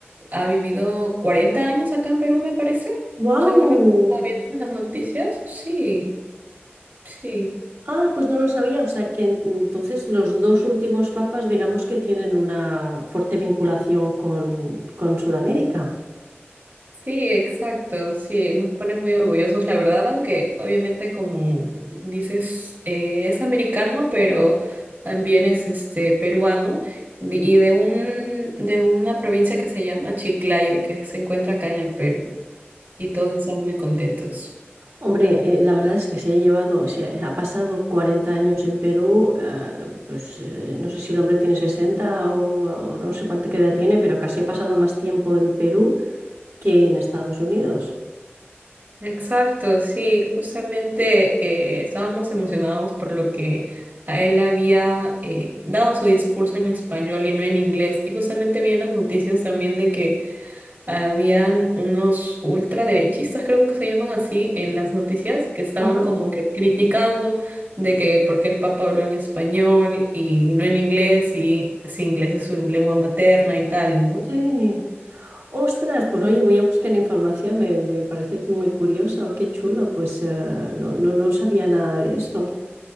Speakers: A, on the right; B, on the right.
A: ha vivido 40 años acá en Perú, me parece,
B: wow.
A: según lo que estaba viendo en las noticias. Sí, sí.
B: Ah, pues no lo sabía. O sea que en- entonces los dos últimos papas, digamos que tienen una fuerte vinculación con, con Sudamérica.
A: Sí, exacto, sí, nos pone muy orgullosos, la verdad, aunque obviamente como dices, eh, es americano, pero también es este peruano de- y de un de una provincia que se llama Chiclayo, que se encuentra acá en el Perú, y todos están muy contentos.
B: Hombre, eh, la verdad es que se ha llevado, se ha, ha pasado 40 años en Perú, eh, pues eh, no sé si el hombre tiene 60 o, o no sé cuánta edad tiene, pero casi ha pasado más tiempo en Perú que en Estados Unidos.
A: Exacto, sí, justamente eh, estábamos emocionados por lo que a él había eh, dado su discurso en español y no en inglés, y justamente vi en las noticias también de que Habían unos ultraderechistas, creo que se llaman así, en las noticias, que estaban
B: Ajá.
A: como que criticando de que por qué el Papa habló en español y no en inglés, y si inglés es su lengua materna y tal, ¿no?
B: Sí. Ostras, pues oye, voy a buscar información, me, me parece muy curioso, qué chulo, pues eh, no, no, no sabía nada de esto.